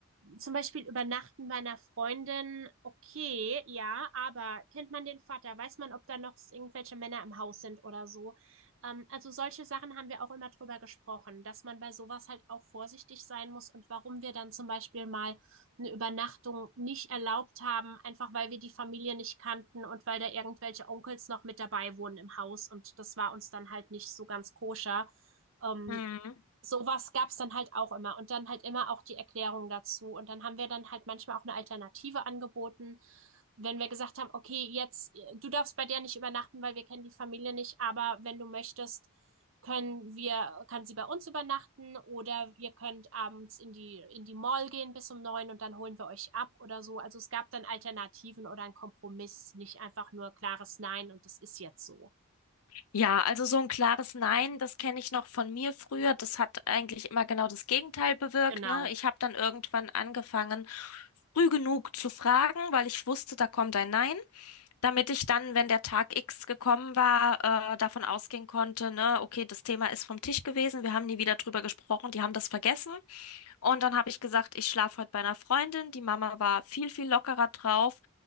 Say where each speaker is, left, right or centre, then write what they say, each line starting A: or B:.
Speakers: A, on the right; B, on the left.
A: zum Beispiel übernachten bei einer Freundin, okay, ja, aber kennt man den Vater? Weiß man, ob da noch irgendwelche Männer im Haus sind oder so? Ähm, also solche Sachen haben wir auch immer drüber gesprochen, dass man bei sowas halt auch vorsichtig sein muss und warum wir dann zum Beispiel mal eine Übernachtung nicht erlaubt haben, einfach weil wir die Familie nicht kannten und weil da irgendwelche Onkels noch mit dabei wohnen im Haus und das war uns dann halt nicht so ganz koscher. Ähm,
B: Mhm.
A: Sowas gab's dann halt auch immer und dann halt immer auch die Erklärung dazu. Und dann haben wir dann halt manchmal auch eine Alternative angeboten, wenn wir gesagt haben, okay, jetzt, äh, du darfst bei der nicht übernachten, weil wir kennen die Familie nicht, aber wenn du möchtest, können wir, kann sie bei uns übernachten oder ihr könnt abends in die, in die Mall gehen bis um neun und dann holen wir euch ab oder so. Also es gab dann Alternativen oder einen Kompromiss, nicht einfach nur klares Nein und das ist jetzt so.
B: Ja, also so ein klares Nein, das kenne ich noch von mir früher. Das hat eigentlich immer genau das Gegenteil bewirkt,
A: Genau,
B: ne? Ich habe dann irgendwann angefangen, früh genug zu fragen, weil ich wusste, da kommt ein Nein, damit ich dann, wenn der Tag X gekommen war, äh, davon ausgehen konnte, ne, okay, das Thema ist vom Tisch gewesen, wir haben nie wieder drüber gesprochen, die haben das vergessen. Und dann habe ich gesagt, ich schlafe heute bei einer Freundin. Die Mama war viel, viel lockerer drauf.